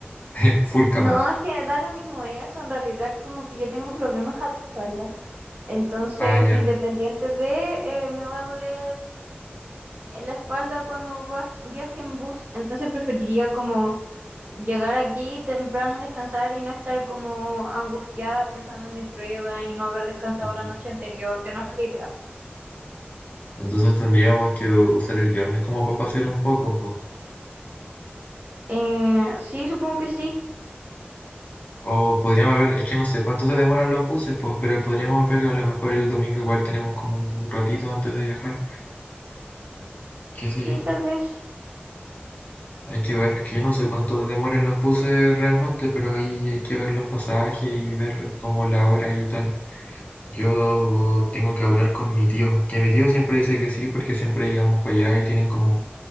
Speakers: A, on the left; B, on the right.
A: <laughs> full cama.
B: No, es que da lo mismo eso, en realidad como que yo tengo problemas a la espalda. Entonces,
A: Allá.
B: independiente de, eh, me va a doler en la espalda cuando va- viaje en bus. Entonces, preferiría como llegar aquí temprano, descansar y no estar como angustiada pensando en mi prueba y no haber descansado
A: mm,
B: la noche anterior, que no es la idea. po.
A: Entonces tendríamos que usar el viernes como para pasear un poco, po.
B: Eh, sí, supongo que sí.
A: O podríamos ver, es que no sé cuánto se demoran los buses, pues, pero podríamos ver, a lo mejor el domingo igual tenemos como un ratito antes de viajar. qué sé
B: Sí,
A: yo.
B: tal vez.
A: Hay que ver, que yo no sé cuánto demoran los buses realmente, pero ahí hay que ver los pasajes y ver como la hora y tal. Yo tengo que hablar con mi tío, que mi tío siempre dice que sí, porque siempre llegamos para allá y tienen como